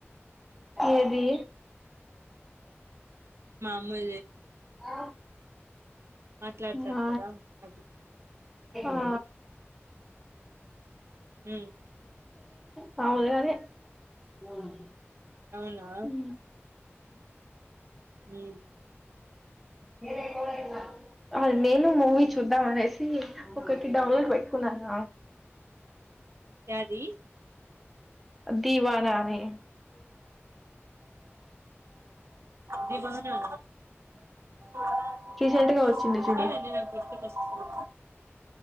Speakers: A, in the centre; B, on the right (about 70°).
A: ఏది
B: అమ్మది
A: ఆ
B: మాట్లాడతారు
A: ఆ
B: కదా అది
A: ఆ
B: ఉ
A: మాములుగానే ఊ
B: అవునా ఉ
A: ఏది ఎక్కువగా తిన్నారు అ నేను మూవీ చూద్దాం అనేసి ఒకటి డౌన్లోడ్ పెట్టుకున్నాను
B: యాది
A: దీవానానే
B: దివాన నా ఆ
A: రీసెంట్ గా వచ్చింది చూడు
B: అండి నేను చూసినానండి నాకు గుర్తొస్తుంది